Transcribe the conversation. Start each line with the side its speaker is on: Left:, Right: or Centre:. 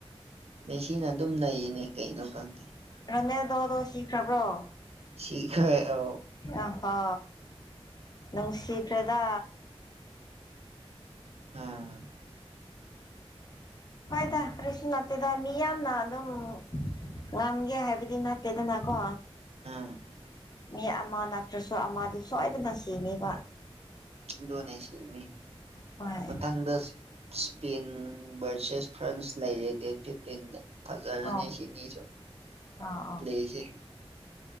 Right: ꯃ ꯁꯤꯅ ꯑꯗꯨꯝ ꯅꯩꯌꯦꯅꯦ ꯀꯩꯅꯣ ꯀꯥꯟꯗꯦ
Left: ꯔꯅꯦ ꯗꯣꯗꯣ ꯁꯤꯈ꯭ꯔꯕ꯭ꯔꯣ
Right: ꯁꯤꯤꯈꯦ ꯑ
Left: ꯑ ꯍꯣ ꯅꯪꯁꯤꯤꯈ꯭ꯔꯦꯗ
Right: ꯑꯝ
Left: ꯍꯣꯏꯗ ꯀ꯭ꯔꯔꯤꯁ ꯅꯠꯇꯦꯗ ꯃꯤ ꯌꯥꯝꯅ ꯑꯗꯨꯝ ꯉꯝꯒꯦ ꯍꯥꯏꯕꯗꯤ ꯅꯠꯇꯦꯗꯅꯀꯣ
Right: ꯑꯥ
Left: ꯃꯤ ꯑꯃ ꯅꯠꯇ꯭ꯔꯁꯨ ꯑꯃꯗꯤ ꯁꯣꯏꯗꯅ ꯁꯤꯅꯤꯕ
Right: ꯗꯣꯅꯦꯁꯤꯅꯤ
Left: ꯍꯣꯏ
Right: ꯃꯊꯪꯗꯁ ꯏꯁꯄꯦꯟ ꯚꯔꯁꯦꯁ ꯐ꯭ꯔꯥꯟꯁ ꯂꯩꯔꯦ ꯗꯦꯠ ꯐꯤꯞꯇꯤꯟꯗ ꯐꯖꯔꯗꯅꯤ
Left: ꯑꯣ
Right: ꯆꯅꯤ ꯆ
Left: ꯑꯥ
Right: ꯂꯩ꯭ꯂꯁꯦ